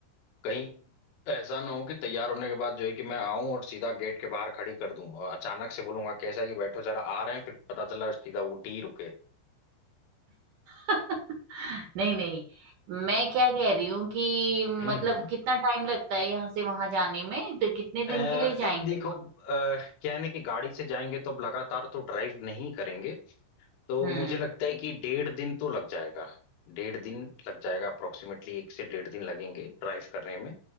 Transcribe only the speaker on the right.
<laughs> नहीं नहीं मैं क्या कह रही हूँ कि
मतलब
कितना टाइम लगता है यहाँ से वहां जाने में तो कितने दिन
के लिए जाएंगे
हम्म